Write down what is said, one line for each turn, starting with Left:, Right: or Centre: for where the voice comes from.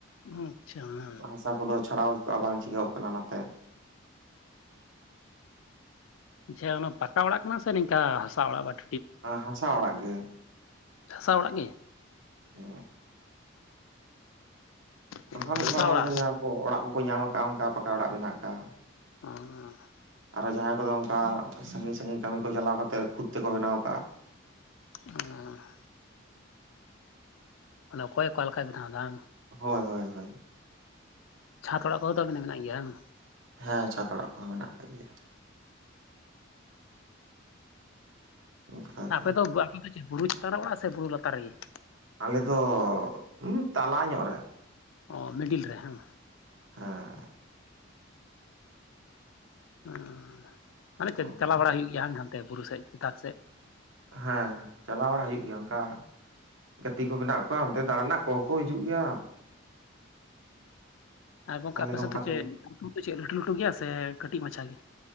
Left: ᱦᱩᱸ ᱟᱪᱪᱷᱟ ᱦᱮᱸ
Right: ᱦᱟᱥᱟ ᱠᱚᱫᱚ ᱪᱷᱟᱲᱟᱣ ᱵᱟᱝ ᱪᱤᱠᱟᱹᱣ ᱠᱟᱱᱟ ᱚᱱᱟᱛᱮ
Left: ᱡᱮ ᱚᱱᱟ ᱯᱟᱠᱟ ᱚᱲᱟᱜ ᱠᱟᱱᱟ ᱥᱮ ᱱᱤᱝᱠᱟ ᱦᱟᱥᱟ ᱚᱲᱟᱜ ᱵᱟᱴ
Right: ᱦᱟᱥᱟ ᱚᱲᱟᱜ ᱜᱮ
Left: ᱦᱟᱥᱟ ᱚᱲᱟᱜ ᱜᱮ
Right: ᱦᱮᱸ
Left: ᱚ
Right: ᱚᱝᱠᱟ ᱢᱤᱫ
Left: ᱦᱟᱥᱟ
Right: ᱵᱟᱨ ᱦᱚᱲ
Left: ᱚᱲᱟᱜ
Right: ᱫᱚ ᱡᱟᱦᱟᱸ ᱠᱚ ᱚᱲᱟᱜ ᱠᱚᱠᱚ ᱧᱟᱢ ᱟᱠᱟᱫ ᱚᱱᱠᱟ ᱯᱟᱠᱟ ᱚᱲᱟᱜ ᱢᱮᱱᱟᱜ ᱠᱟᱜ-ᱟ
Left: <unintelligible>
Right: ᱟᱨ ᱡᱟᱦᱟᱸᱭ ᱠᱚᱫᱚ ᱚᱱᱠᱟ ᱥᱟᱹᱜᱤᱧ ᱥᱟᱹᱜᱤᱧ ᱠᱟᱹᱢᱤ ᱠᱚ ᱪᱟᱞᱟᱣ ᱠᱟᱛᱮ ᱠᱷᱩᱫᱽ ᱛᱮᱠᱚ ᱵᱮᱱᱟᱣ ᱠᱟᱜᱼᱟ
Left: <unintelligible> ᱢᱟᱱᱮ ᱚᱠᱚᱭᱮ ᱚᱠᱟ ᱞᱮᱠᱟ ᱵᱮᱱᱟ ᱫᱟ ᱵᱟᱝ
Right: ᱦᱳᱭ ᱦᱳ ᱦᱳ
Left: ᱪᱷᱟᱸᱛ ᱚᱲᱟᱜ ᱠᱚᱦᱚ ᱛᱚ ᱟᱵᱤᱱᱟᱜ ᱢᱮᱱᱟᱜ ᱜᱮᱭᱟ ᱵᱟᱝ
Right: ᱦᱮᱸ ᱪᱷᱟᱛ ᱚᱲᱟᱜ ᱠᱚᱦᱚᱸ ᱢᱮᱱᱟᱜ ᱠᱟᱜ ᱜᱮᱭᱟ ᱚᱱᱠᱟ
Left: ᱟᱯᱮ
Right: ᱜᱮ
Left: ᱫᱚ ᱟᱯᱮ ᱫᱚ ᱵᱩᱨᱩ ᱪᱮᱛᱟᱱ ᱨᱮ ᱚᱲᱟᱜ ᱥᱮ ᱵᱩᱨᱩ ᱞᱟᱛᱟᱨ ᱨᱮᱜᱮ
Right: ᱟᱞᱮ ᱫᱚ <unintelligible> ᱛᱟᱞᱟ ᱧᱚᱜ ᱨᱮ
Left: ᱚ ᱢᱤᱰᱤᱞ ᱨᱮ ᱦᱮᱸ
Right: ᱦᱮᱸ
Left: ᱦᱮᱸ ᱢᱟᱱᱮ ᱪᱮᱫ
Right: ᱚᱱᱠᱟ
Left: ᱪᱟᱞᱟᱣ ᱵᱟᱲᱟ ᱦᱩᱭᱩᱜ ᱜᱮᱭᱟ ᱦᱟᱱᱛᱮ ᱵᱩᱨᱩ ᱥᱮᱫ ᱪᱮᱛᱟᱱ ᱥᱮᱫ
Right: ᱦᱮᱸ ᱪᱟᱞᱟᱣ ᱵᱟᱲᱟ ᱦᱩᱭᱩᱜ ᱜᱮᱭᱟ ᱚᱱᱠᱟ ᱜᱟᱛᱮ ᱠᱚ ᱢᱮᱱᱟᱜ ᱠᱚᱣᱟ ᱚᱱᱛᱮ ᱫᱟᱬᱟᱱ ᱨᱮᱱᱟᱜ ᱠᱚᱦᱚᱸ ᱠᱚ ᱦᱤᱡᱩᱜ ᱜᱮᱭᱟ
Left: ᱟᱨ ᱜᱚᱝᱠᱮ
Right: ᱛᱟᱦᱚᱞᱮ
Left: ᱟᱯᱮ
Right: ᱱᱚᱝᱠᱟ
Left: ᱥᱮᱫ ᱫᱚ ᱪᱮᱫ
Right: ᱛᱮᱜᱮ
Left: ᱫᱚ ᱪᱮᱫ ᱞᱟᱹᱴᱩ ᱞᱟᱹᱴᱩ ᱜᱮᱭᱟ ᱥᱮ ᱠᱟᱹᱴᱤᱡ ᱢᱟᱪᱷᱟ ᱜᱮ